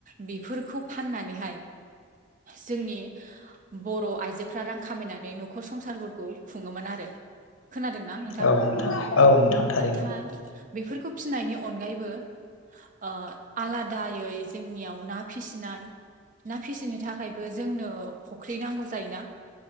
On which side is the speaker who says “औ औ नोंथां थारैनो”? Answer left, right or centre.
Left